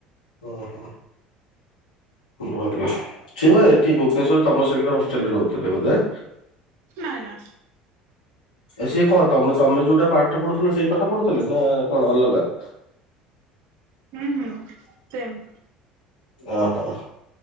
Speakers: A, on the left; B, on the right.
A: ଓ ହୋ ଭଲ ସେ ବା ଏଠି ଭୁବନେଶ୍ୱରରେ ତମ ସାଙ୍ଗରେ ହଷ୍ଟେଲରେ ରହୁଥିଲେ ବୋଧେ?
B: ନା ନା।
A: ସିଏ କଣ ତମେ ତମେ ଯୋଉଟା ପାଠ ପଢୁଥିଲ ସେଇ ପାଠ ପଢୁଥିଲେ ନା କଣ ଅଲଗା? <inaudible>
B: ହୁଁ ହୁଁ ସେମ୍
A: ଓହୋ